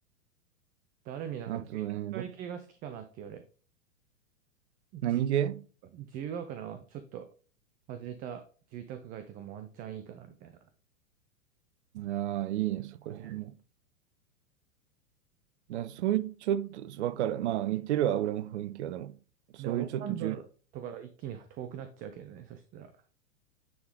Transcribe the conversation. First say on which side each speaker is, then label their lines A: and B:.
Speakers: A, on the right; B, on the right.
A: で、ある意味なんか住宅街系が好きかなって言われ。
B: あとね、ど、何系
A: じ自由が丘のちょっと外れた住宅街とかもワンチャンいいかなみたいな。
B: ああ、いいね、そこら辺も。
A: ね
B: だからそういう、ちょっと、わかる。まあ、似てるわ、俺も雰囲気は。でも、そういうちょっと重
A: でも、オーランドのとかが一気に遠くなっちゃうけどね。そしたら、